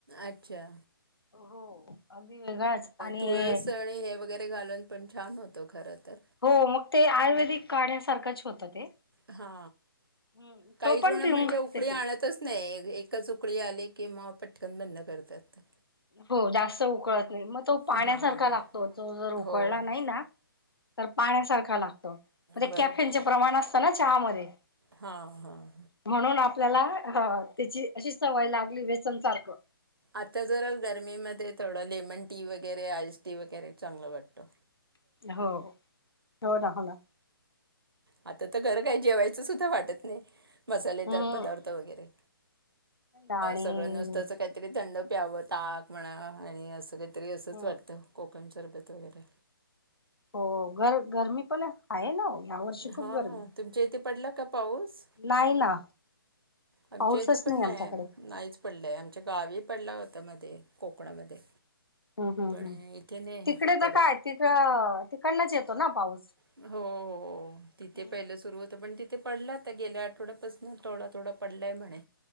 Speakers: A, on the right (about 80°); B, on the left (about 85°).
A: अच्छा.
B: हो अगदी वेगळाच आणि
A: तुळस आणि हे वगैरे घालून पण छान होतो खर तर
B: हो मग ते आयुर्वेदिक काढ्या सारखंच होतं ते
A: हा
B: हम्म
A: काही
B: तो पण
A: जण
B: पिऊन
A: म्हणजे
B: घेते
A: उकळी आणतच
B: ती
A: नाही एकच उकळी आले कि मग पटकन बंद करतात.
B: हो जास्त उकळत नाही मग तो पाण्यासारखा
A: हां.
B: लागतो तो जर उकळला
A: हो,
B: नाही
A: हो.
B: ना तर पाण्यासारखा लाग मग ते
A: बरोबर
B: कॅफेनचे
A: आहे.
B: प्रमाण असतं ना चहा मधे
A: हां, हां.
B: म्हणून आपल्याला त्याची अशी सवय लागली व्यसन सारखं
A: आता जरा गरमीमध्ये थोडं लेमन टी वगैरे, आईस टी वगैरे चांगलं वाटतो.
B: हो हो दाखवला.
A: आता तर खरं काय जेवायचं सुद्धा वाटत नाही मसालेदार
B: हम्म
A: पदार्थ वगैरे
B: आणि
A: सगळं नुसतंच काहीतरी थंड प्यावं ताक म्हणा आणि असं काहीतरी असंच
B: हम्म
A: वाटतं कोकम सरबत वगैरे
B: हो गर गरमी पण आहे ना या वर्षी
A: हां,
B: खूप गरमी
A: तुमच्या इथे पडला का पाऊस?
B: नाही ना
A: आमच्या
B: पाऊसच
A: इथे पण नाही
B: आमच्याकडे
A: नाहीच पडलय, आमच्या गावी पडला होता मध्ये कोकणामध्ये
B: हम् हम्
A: पण
B: हम्
A: इथे नाही
B: तिकडे
A: पडत.
B: तर काय तिक तिकडनच येतो ना पाऊस?
A: हो हो हो. तिथे
B: हम्म
A: पहिलं सुरु होतं पण तिथे पडला आता गेल्या आठवड्यापासून थोडा थोडा पडलाय म्हणे.